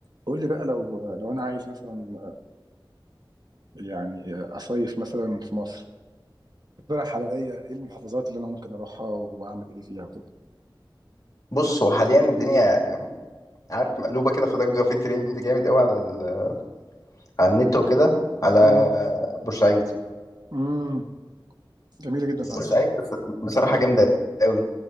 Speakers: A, on the right; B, on the left.
A: قول لي بقى لو لو انا عايز مثلا يعني اصيف مثلا في مصر اقترح عليا ايه المحافظات اللي انا ممكن اروحها واعمل ايه فيها وكده
B: بص هو حاليا الدنيا عارف مقلوبه كده في ضجه في ترند جامد قوي على ال... على النت وكده على
A: امم
B: بورسعيد
A: امم جميله جدا على
B: بورسعيد
A: فكره
B: بص... بصراحه جامده قوي